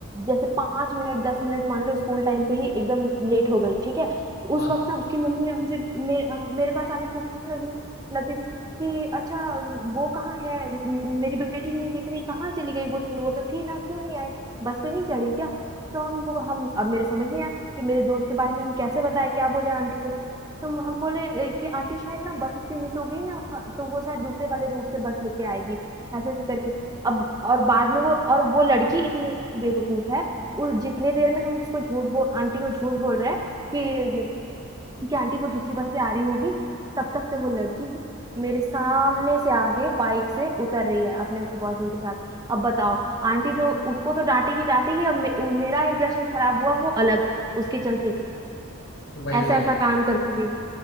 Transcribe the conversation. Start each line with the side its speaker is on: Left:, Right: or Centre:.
Right: जैसे पांच मिनट दस मिनट मान लो स्कूल टाइम पे ही एकदम लेट हो गई ठीक है तो
Left: हाँ
Right: उस वक्त ना उसकी मम्मी हमसे मेरे अ, मेरे पास आके पूछने लगी लगती थी कि अच्छा वो कहाँ है म- म- मेरी बेटी नहीं दिख रही कहाँ चली गई वो वो तो थी ना क्यों नहीं आई बस पे नहीं चढ़ी क्या तो हम वो हम अब मेरे समझ नहीं आया कि मेरे दोस्त के बारे में हम कैसे बताएं क्या बोले आंटी को तो हम बोले ए, कि आंटी शायद ना बस उसकी मिस हो गई ना तो वो शायद दूसरे वाले रूट से बस लेके आएगी ऐसे ऐसे करके अब और बाद में वो और वो लड़की इतनी बेवकूफ है उस जितने देर में हम उसको झूठ बोल आंटी को झूठ बोल रहे हैं कि कि आंटी वो दूसरी बस से आ रही होगी तब तक से वो लड़की मेरे सामने से आगे बाइक से उतर रही है अपने बॉयफ्रेंड के साथ अब बताओ आंटी तो उसको तो डांटेगी डांटेगी अब मे, मेरा इंप्रेशन खराब हुआ वो अलग उसके चलते
Left: वही
Right: ऐसा
Left: वही
Right: ऐसा काम करती हुई